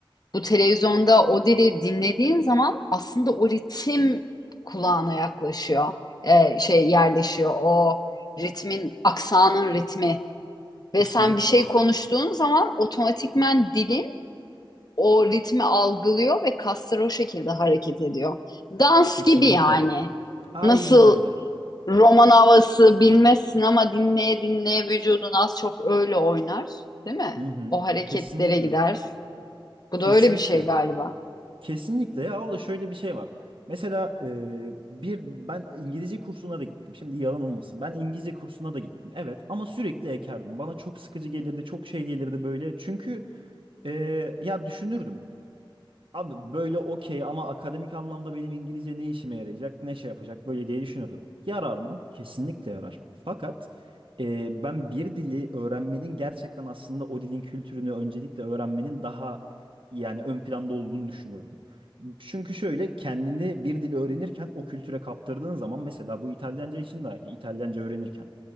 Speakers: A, on the left; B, on the right.
A: Bu televizyonda o dili dinlediğin zaman aslında o ritim kulağına yaklaşıyor. Ee, şey yerleşiyor. O ritmin, aksanın ritmi. Ve
B: Kesinlikle.
A: sen bir şey konuştuğun zaman otomatikmen dilin o ritmi algılıyor ve kaslar o şekilde hareket ediyor. Dans
B: Kesinlikle.
A: gibi yani.
B: Aynen
A: Nasıl
B: öyle.
A: roman havası bilmezsin ama dinleye dinleye vücudun az çok öyle oynar, değil mi?
B: Hı hı.
A: O hareketlere
B: Kesinlikle.
A: gider. Bu da
B: Kesinlikle.
A: öyle bir şey galiba.
B: Kesinlikle ya o da şöyle bir şey var. Mesela e, bir ben İngilizce kursuna da gittim. Şimdi yalan olmasın. Ben İngilizce kursuna da gittim. Evet ama sürekli ekerdim. Bana çok sıkıcı gelirdi, çok şey gelirdi böyle. Çünkü e, ya düşünürdüm. Abi böyle okey ama akademik anlamda benim İngilizce ne işime yarayacak, ne şey yapacak böyle diye düşünürdüm. Yarar mı? Kesinlikle yarar. Fakat e, ben bir dili öğrenmenin gerçekten aslında o dilin kültürünü öncelikle öğrenmenin daha yani ön planda olduğunu düşünüyorum. Çünkü şöyle kendini bir dil öğrenirken o kültüre kaptırdığın zaman mesela bu İtalyanca için de aynı. İtalyanca öğrenirken